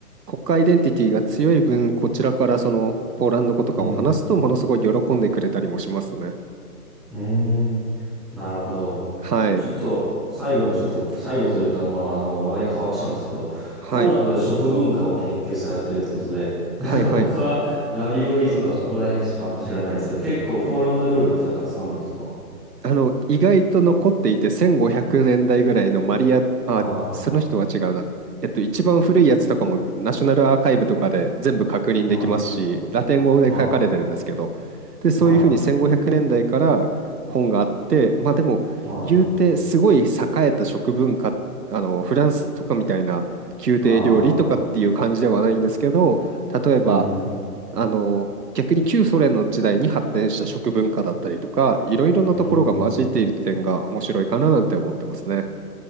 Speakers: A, on the right; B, in the centre.
A: 国家アイデンティティが強い分、こちらからそのポーランド語とかを話すとものすごい喜んでくれたりもしますね。
B: うん。うーん。なるほど。
A: はい。
B: ちょっと最後にちょっと、最後というか、まああの話題変わっちゃうんですけど、
A: はい。
B: ポーランドで食文化を研究されてるってことで、なんか僕はラビオリとかそこら辺しかあんま知らないんですけど、
A: はいはい。
B: 結構ポーランド料理ってのはたくさんあるんですか
A: あの、意外と残っていて、1500年代ぐらいのマリア、あ、
B: はい。
A: その人は違うな。えっと、一番古いやつとかもナショナルアーカイブとかで全部確認できますし、
B: はい。
A: ラテン語で書かれてるんですけど、
B: はい。
A: で、そういうふうに1500年代から本があって、
B: はい。
A: まあでも、
B: はい。
A: 言うてすごい栄えた食文化、あの、フランスとかみたいな宮廷料理とかっていう感じではないんですけど、
B: ああ、
A: 例えば、
B: うん、
A: あの逆に旧ソ連の時代に発展した食文化だったりとか、いろいろなところが混じっている点が面白いかななんて思ってますね。
B: うん。